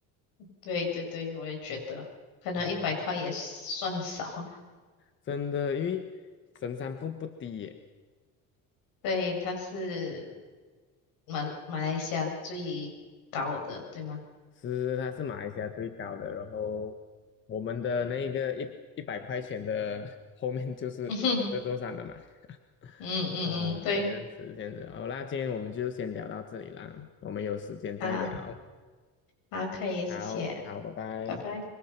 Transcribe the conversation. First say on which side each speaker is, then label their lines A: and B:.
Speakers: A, on the left; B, on the left.
A: 对对对，我也觉得，
B: 嗯，
A: 可能一百块也算少。
B: 哦，真的，因为神山瀑不低耶，
A: 对，它是马马来西亚最高的，对吗？
B: 是它是马来西亚最高的。然后我们的那个一一百块钱的 <laughs> 后面就是这座山了嘛。
A: <laughs> 嗯
B: <laughs>
A: 嗯嗯，
B: 啊，
A: 对
B: 这样子，这样子，好啦，今天我们就先聊到这里啦，我们有时间再聊。
A: 啊，啊，可以，谢谢，
B: 好，好，拜拜。
A: 拜拜。